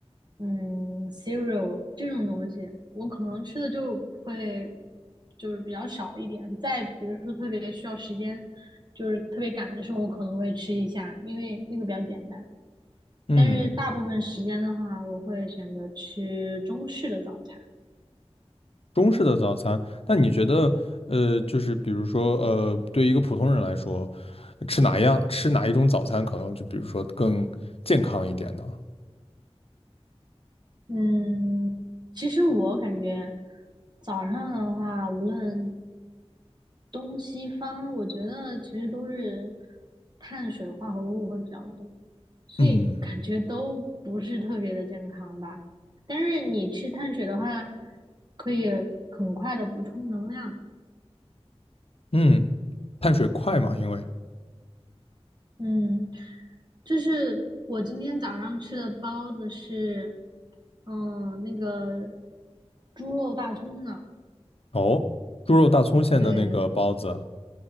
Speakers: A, on the right (about 40°); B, on the left (about 65°).
A: 嗯，cereal 这种东西，我可能吃的就会就是比较少一点。再比如说特别需要时间，就是特别赶的时候，我可能会吃一下，因为那个比较简单。
B: 嗯。
A: 但是大部分时间的话，我会选择吃中式的早餐。
B: 中式的早餐，那你觉得，呃，就是比如说，呃，对一个普通人来说，吃哪样，吃哪一种早餐，可能就比如说更健康一点呢？
A: 嗯，其实我感觉早上的话，无论东西方，我觉得其实都是碳水化合物会比较多，所以感觉都不是特别的健康吧。
B: 嗯
A: 但是你吃碳水的话，可以很快的补充能量。
B: 嗯，碳水快嘛，因为
A: 嗯，就是我今天早上吃的包子是，嗯，那个猪肉大葱的，
B: 哦，猪肉大葱馅的那个包子，
A: 对